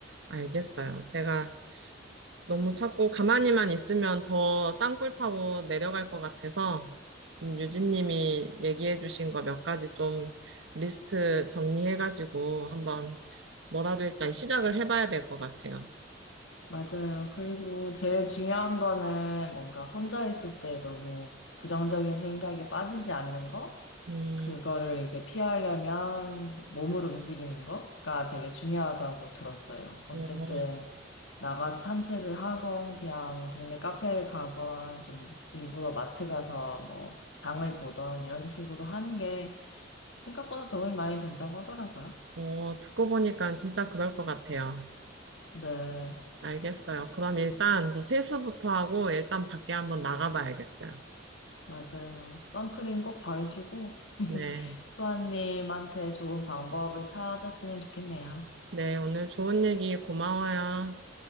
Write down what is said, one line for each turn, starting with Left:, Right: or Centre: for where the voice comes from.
Right: 알겠어요. 제가 너무 자꾸 가만히만 있으면 더 땅굴 파고 내려갈 것 같아서 지금 유진님이 얘기해 주신 거 몇 가지 좀 리스트 정리해가지고 한번 뭐라도 일단 시작을 해봐야 될 것 같아요.
Left: 맞아요. 그리고 제일 중요한 거는 뭔가 혼자 있을 때 너무 부정적인 생각에 빠지지 않는 거?
Right: 음,
Left: 그거를 이제 피하려면 몸을 움직이는 거가 되게 중요하다고 들었어요. 어쨌든
Right: 어,
Left: 나가서 산책을 하건 그냥 동네 카페를 가건 좀 일부러 마트 가서 뭐 장을 보던 이런 식으로 하는 게 생각보다 도움이 많이 된다고 하더라고요.
Right: 어, 듣고 보니까 진짜 그럴 것 같아요.
Left: 네,
Right: 알겠어요. 그럼 일단 저 세수부터 하고 일단 밖에 한번 나가봐야겠어요.
Left: 맞아요. 선크림 꼭 바르시고 <laughs>
Right: 네.
Left: 수아님한테 좋은 방법을 찾았으면 좋겠네요.
Right: 네, 오늘 좋은 얘기 고마워요.